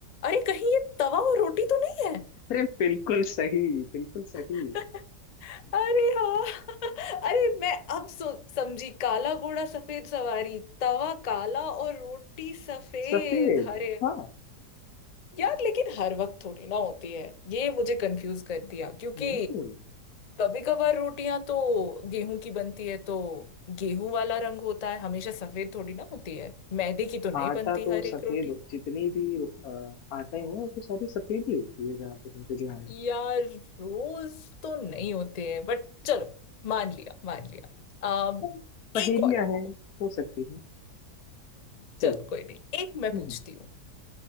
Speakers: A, on the left (about 80°); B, on the left (about 60°).
A: अरे कहीं ये तवा और रोटी तो नहीं है
B: अरे बिल्कुल सही बिल्कुल सही
A: <laughs> अरे हाँ <laughs> अरे मैं अब सो समझी काला घोड़ा सफेद सवारी तवा काला और रोटी सफेद
B: सफेद
A: अरे
B: हाँ
A: यार लेकिन हर वक्त थोड़ी ना होती है ये मुझे कंफ्यूज कर दिया क्योंकि
B: नहीं
A: कभी कभार रोटियां तो गेहूं की बनती है तो गेहूं वाला रंग होता है हमेशा सफेद थोड़ी ना होती है मैदे की तो नहीं
B: आटा
A: बनती
B: तो
A: हर एक
B: सफेद
A: रोटी
B: हो- जितनी भी अ, आटे हैं वो तो सारी सफेद ही होती है जहाँ तक मुझे ध्यान है
A: यार रोज तो नहीं होते हैं बट चलो मान लिया मान लिया अम
B: तो पहेलियाँ
A: एक और
B: हैं हो सकती हैं चलो
A: चलो कोई नहीं एक मैं
B: हम्म
A: पूछती हूँ